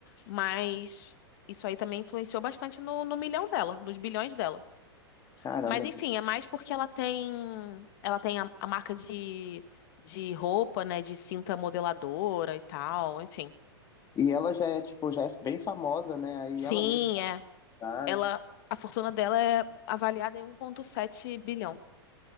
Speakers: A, on the left; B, on the left.
A: mas isso aí também influenciou bastante no, no milhão dela, nos bilhões dela.
B: caramba.
A: Mas
B: esse-
A: enfim, é mais porque ela tem, ela tem a, a marca de, de roupa, né, de cinta modeladora e tal, enfim.
B: E ela já é, tipo, já é bem famosa, né? Aí
A: Sim,
B: ela mesma faz
A: é.
B: idade.
A: Ela, a fortuna dela é avaliada em 1,7 bilhão.